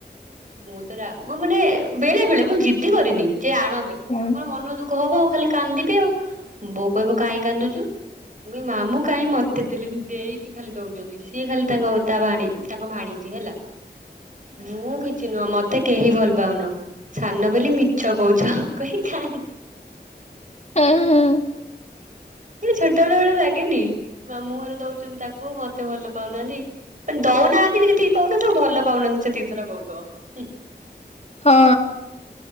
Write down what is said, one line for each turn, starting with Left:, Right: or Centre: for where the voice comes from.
Right: ମୁଁ ତ ରା ମାନେ ବେଳେ ବେଳେ ମୁଁ ଜିଦ୍ଦି କରିନି ଯେ ଆଣ ବୋଲି।
Left: ହଁ।
Right: ମୋର ମନ ଦୁଃଖ ହବ ଆଉ ଖାଲି କାନ୍ଦିବି ଆଉ ବୋଉ କହିବ କାହିଁ କାନ୍ଦୁଛୁ। ମୁଁ କଇମି ମାମୁ କାଇଁ ମତେ ଦେଲେନି ଦେଇକି ଖାଲି ଦଉଛନ୍ତି। ସିଏ ଖାଲି ତାଙ୍କ ତା ଭା ତାଙ୍କ ଭାଣଛି ହେଲା ମୁଁ କିଛି ନୁହଁ ମ ମତେ କେହି ଭଲ ପାଉନ ସାନ ବୋଲି ମିଛ କଉଛ କହି କାନ୍ଦି <unintelligible>
Left: ହୁଁ ହୁଁ।
Right: ଏ ଛୋଟ ବେଳେ ବେଳେ ଲାଗେନି ମାମୁଁ ଘର ଦଉଛନ୍ତି ତାକୁ ମତେ ଭଲ ପାଉନାହାନ୍ତି। ଦଉନାହାନ୍ତି ଯେତିକି କହୁନ ତୁ ଭଲ ପାଉନାହାନ୍ତି ସେ ଦି ଥର କହୁଥବ ଉଁ।
Left: ହଁ।